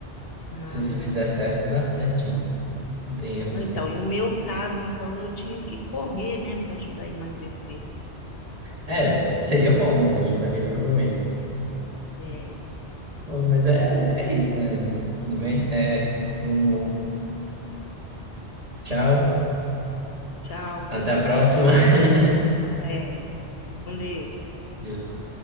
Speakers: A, on the left; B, on the right.
A: Ah,
B: Se você fizer certo, dá certinho. Não tem erro,
A: Ah,
B: não.
A: Então, e o meu caso, então, eu tinha que correr, né, para ajudar a emagrecer.
B: É, seria bom, né? Ajudaria provavelmente.
A: É,
B: Bom, mas é, é isso, né? Tudo bem? É, como, tchau,
A: tchau, viu?
B: até a próxima. <laughs>
A: É, com Deus.
B: Deus.